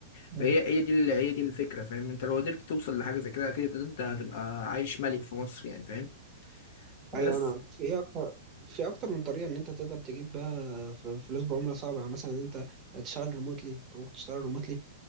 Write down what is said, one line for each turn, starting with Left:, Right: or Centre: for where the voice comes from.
Right: مم.
Left: فهي هي دي ال- هي دي الفكرة فاهم انت لو قدرت توصل لحاجة زي كده اكيد انت هتبقى عايش ملك في مصر يعني فاهم بس
Right: ايوه انا في ايه اكتر في اكتر من طريقه ان انت تقدر تجيب بقى ف- فلوس بعمله صعبه يعني مثلا ان انت تشتغل ريموتلي انت ممكن تشتغل ريموتلي